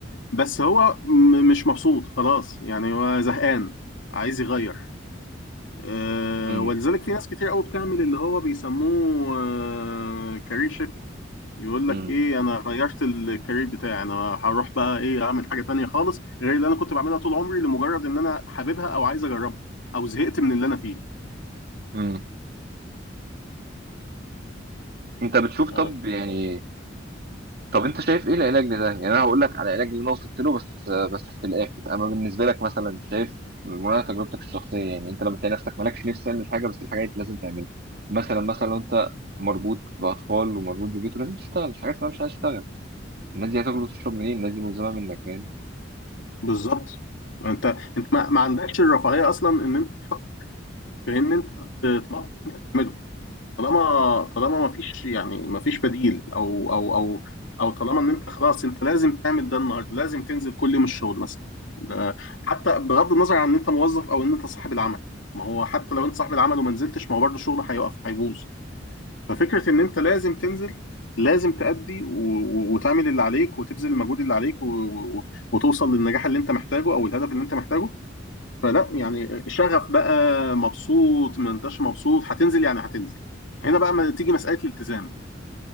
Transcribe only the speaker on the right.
أمم،
أمم،
أمم. أنت بتشوف
طب يعني طب انت شايف ايه العلاج لده يعني انا هقول لك على العلاج اللي انا وصلت له بس بس في الاخر اما بالنسبه لك مثلا شايف من منى تجربتك الشخصيه يعني انت لما تلاقي نفسك مالكش نفس تعمل حاجه بس الحاجه دي لازم تعملها مثلا مثلا لو انت مربوط باطفال ومربوط ببيت ولازم تشتغل مش حاجه اسمها مش عايز تشتغل الناس دي هتاكل وتشرب منين الناس دي ملزمه منك يعني